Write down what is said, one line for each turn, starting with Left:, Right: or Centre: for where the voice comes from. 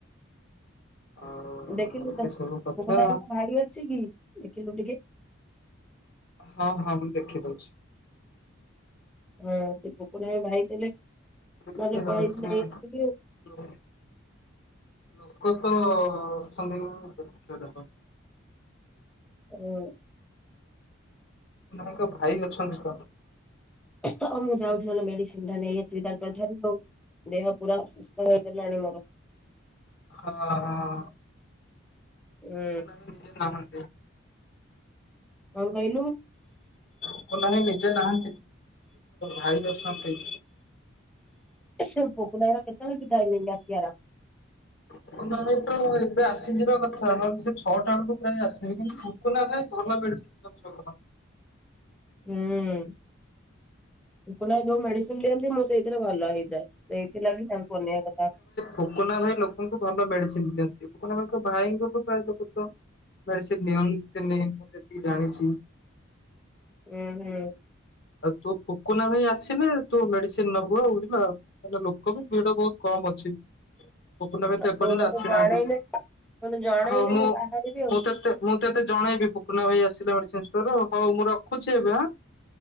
Left: ଆଉ
Centre: <unintelligible>
Left: ଏମିତି ସବୁ କଥା ହଁ ହଁ ମୁଁ ଦେଖି ଦଉଛି।
Centre: ହଁ ସେ କୁକୁର ହ ଭାଇ ଥିଲେ।
Left: ଦେଖିବାର
Centre: ନହେଲେ ପଳେଇକି
Left: ଅଛି
Centre: ଧାଇଁ ଆସିଲୁ।
Left: <inaudible> ଲୋକ ତ ଅଛନ୍ତି ଦେଖେ ରହ।
Centre: ହୁଁ
Left: <inaudible> ଭାଇ ଅଛନ୍ତି ତ
Centre: ଅ ହ ମୁଁ ଯାଉଛି ନହେଲେ ମେଡିସିନଟା ନେଇଆସିବି ତାଙ୍କ ଠାରୁ ଆଉ ଦେହ ପୁରା ସୁସ୍ଥ ହେଇଗଲାଣି ମୋର।
Left: ହଁ ହଁ।
Centre: ହୁଁ
Left: <unintelligible>
Centre: କଣ କହିଲୁ?
Left: ଲୋକ ନାହି ନିଜେ ନାହାନ୍ତି ଭାଇ ଅଛନ୍ତି।
Centre: ଫୁକୁନ ଭାଇ ର କେତେଳେ <unintelligible> କି ଡାଇଙ୍ଗାସିଆ
Left: ଟୁକୁନା ଏବେ ଆସିଯିବା କଥା ନଲେ ସେ ଛଅଟା ବେଳକୁ ପ୍ରାୟ ଆସିବି କିନ୍ତୁ ଫୁକୁନା ଭାଇ ଭଲ ମେଡ଼ିସିନ୍ <unintelligible>
Centre: ହୁଁ ଟୁକୁନୁ ଭାଇ ଯୋଉ ମେଡିସିନ ଦିଅନ୍ତି ମୁଁ ସେଇଥିରେ ଭଲ ହେଇଯାଏ। ଏଇଥିଲାଗି ତାକୁ ଅନେଇବା କଥା।
Left: ଫୁୋକନା ଭାଇ ଲୋକଙ୍କୁ ଭଲ ମେଡିସିନ ଦିଅନ୍ତି ଫୁୋକନା ଭାଇଙ୍କ ଭାଇଙ୍କ ପ୍ରାୟ ଲୋକ ତ ମେଡିସିନି ନିଅନ୍ତିନୀ ମୁଁ ଯେତିକି ଜାଣିଛି।
Centre: ହୁଁ ହୁଁ।
Left: ଆଉ ତୋ ଫୁକୁନା ଭାଇ ଆସିଲେ ତୁ ମେଡିସିନ ନବୁ ଆଉ ବୁଝିଲ। ଲୋକ ବି ଭିଡ ବହୁତ କମ୍ ଅଛି। ଫୁକୁନା ଭାଇ
Centre: ଆଉ
Left: ଏପର୍ଯ୍ୟନ୍ତ
Centre: ତୁ ମତେ
Left: ଆସିନାହାନ୍ତି
Centre: ଜଣେଇଲେ ମତେ ଜଣେଇଲେ
Left: ହଉ ମୁଁ
Centre: ବାହାରିବି ଆଉ।
Left: ମୁଁ ତତେ ମୁଁ ତତେ ଜଣେଇବି ଫୁକୁନା ଭାଇ ଆସିଲା ମେଡିସିନି ଷ୍ଟୋର ହଉ ମୁଁ ରଖୁଛି ଏବେଁ।